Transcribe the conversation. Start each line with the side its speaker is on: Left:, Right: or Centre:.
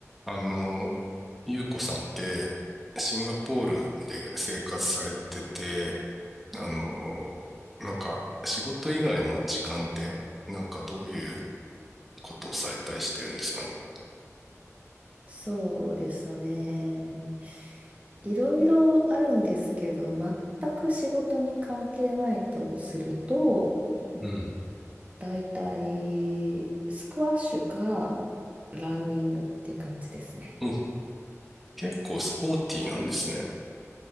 Centre: あの、ゆうこさんって、シンガポールで生活されてて、
Right: はい、
Centre: あの、なんか、仕事以外の時間って、なんかどういうことをされたりしてるんですかね。
Right: そうですね。いろいろあるんですけど、全く仕事に関係ないとすると、
Centre: うん。
Right: だいたいスクワッシュかランニングって感じですね。
Centre: お、結構スポーティーなんですね。